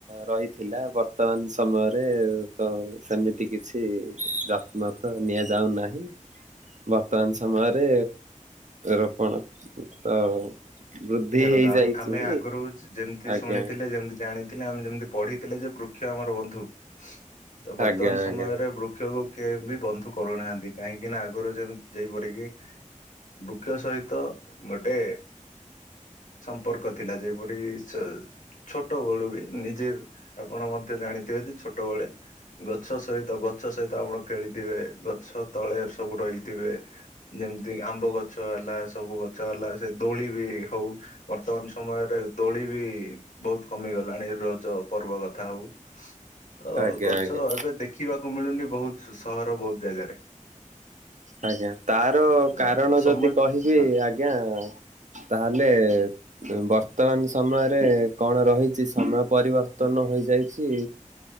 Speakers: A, on the right (about 65°); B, on the left (about 75°).
A: ରହିଥିଲା ବର୍ତ୍ତମାନ ସମୟରେ ତ ସେମିତି କିଛି ଯତ୍ନ ତ ନିଆଯାଉନାହିଁ। ବର୍ତ୍ତମାନ ସମୟରେ ରୋପଣ ତ ବୃଦ୍ଧି
B: ଦେଖନ୍ତୁ
A: ହେଇଯାଇଛି।
B: ଆମ- ଆମେ ଆଗରୁ ଯେମିତି
A: ଆଜ୍ଞା
B: ଶୁଣିଥିଲେ, ଯେମିତି ଜାଣିଥିଲେ, ଆମେ ଯେମିତି ପଢିଥିଲେ, ଯେ ବୃକ୍ଷ ଆମର ବନ୍ଧୁ। ତ ବର୍ତ୍ତମାନ
A: ଆଜ୍ଞା
B: ସମୟରେ
A: ଆଜ୍ଞା।
B: ବୃକ୍ଷକୁ କେ ବି ବନ୍ଧୁ କରୁନାହାନ୍ତି, କାହିଁକିନା ଆଗରୁ ଯେମତି ଯେଇପରିକି ବୃକ୍ଷ ସହିତ ଗୋଟେ ସମ୍ପର୍କ ଥିଲା, ଯେପରି ସେ ଛୋଟବେେଳୁ ବି ନିଜେ ଆପଣ ମଧ୍ୟ ଜାଣିଥିବେ ଯେ ଛୋଟବେଳେ ଗଛ ସହିତ, ଗଛ ସହିତ ଆପଣ ଖେଳିଥିବେ, ଗଛ ତଳେ ସବୁ ରହିଥିବେ। ଯେମିତି ଆମ୍ବ ଗଛ ହେଲା, ସବୁ ଗଛ ହେଲା ସେ ଦୋଳି ବି ହଉ। ବର୍ତ୍ତମାନ ସମୟରେ ଦୋଳି ବି ବହୁତ କମି ଗଲାଣି ରଜ ପର୍ବ କଥା ହଉ। ତ
A: ଆଜ୍ଞା
B: ଗଛ
A: ଆଜ୍ଞା
B: ଏବେ ଦେଖିବାକୁ ମିଳୁନି, ବହୁତ ସହର ବହୁତ ଜାଗାରେ
A: ଆଜ୍ଞା ତାର
B: ଅ
A: କାରଣ
B: ସମ
A: ଯଦି କହିବି,
B: ହଁ
A: ଆଜ୍ଞା ତାହେଲେ ବର୍ତ୍ତମାନ ସମୟରେ କଣ ରହିଛି, ସମୟ ପରିବର୍ତ୍ତନ ହୋଇଯାଇଛି।